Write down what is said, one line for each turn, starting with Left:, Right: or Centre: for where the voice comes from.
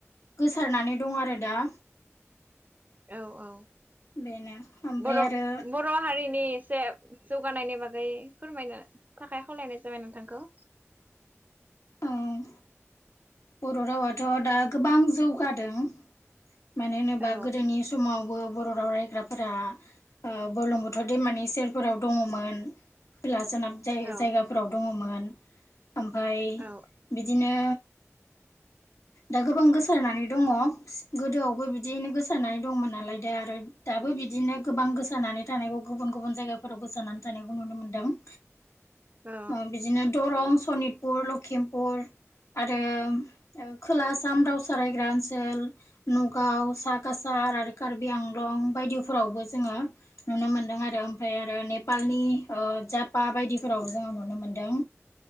Left: गोसारनानै दं आरो दा।
Right: औ औ
Left: बेनो ओमफ्राय
Right: बर'
Left: आरो
Right: बर' हारिनि एसे जौगानायनि बागै फोरमायनो थाखाय खावलायनाय जाबाय नोंथांखौ।
Left: ओं। बर' रावाथ' दा गोबां जौगादों। मानो होनोबा
Right: औ
Left: गोदोनि समावबो बर' राव रायग्राफोरा ओ बुरलुंबुथुर दैमानि सेरफोराव दङमोन खोला सोनाब जाय
Right: औ
Left: जायगाफोराव दङमोन। मोन। ओमफाय
Right: औ
Left: बिदिनो दा गोबां गोसारनानै दङ गोदोआवबो बिदियैनो गोसारनानै दंमोन नालाय दा आरो दाबो बिदिनो गोबां गोसारनानै थानायखौ गुबुन गुबुन जायगाफोराव गोसारनानै थानायखौ नुनो मोनदों।
Right: औ
Left: अ बिदिनो दरं सनितपुर लखिमपुर आरो रो खोला आसाम रावसा रायग्रा ओनसोल नगाव सा कासार आरो कार्बि आंलं बायदिफोरावबो जोङो नुनो मोनदों आरो ओमफ्राय आरो नेपालनि ओ जापा बायदिफोरावबो जोङो नुनो मोनदों।